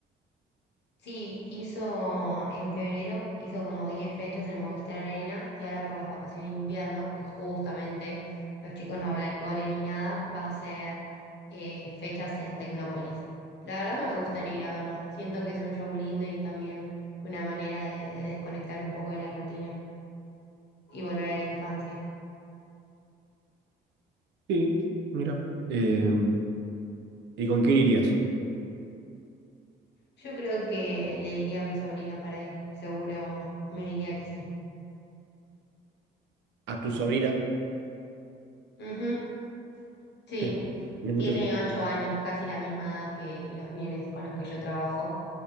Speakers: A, on the left; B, on the right.
A: Sí, hizo en febrero, hizo como 10 fechas en el Movistar Arena y ahora por las vacaciones de invierno, que justamente los chicos no van al cole ni nada, va a ser eh, fechas en Tecnópolis. La verdad me gustaría ir a verlo. Siento que es un show lindo y también una manera de, de desconectar un poco de la rutina y volver a la infancia.
B: Sí, mira. Eh, ¿y con quién irías?
A: Yo creo que le diría a mi sobrina para ir, seguro me diría que sí.
B: ¿A tu sobrina?
A: Ujú. Sí,
B: Tenés tenés muchos...
A: tiene ocho años, casi la misma edad que los nenes con los que yo trabajo,